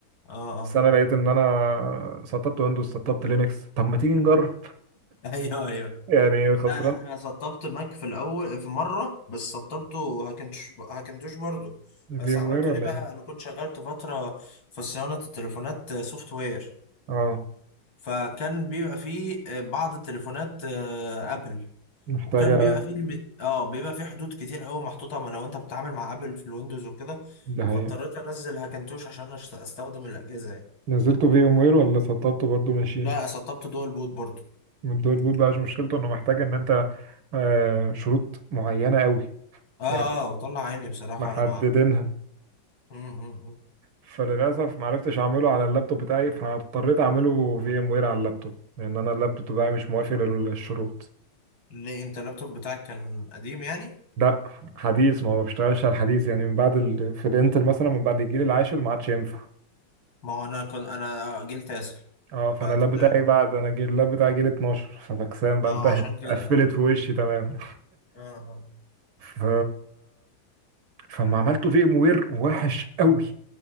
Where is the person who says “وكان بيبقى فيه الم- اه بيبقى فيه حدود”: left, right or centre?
Left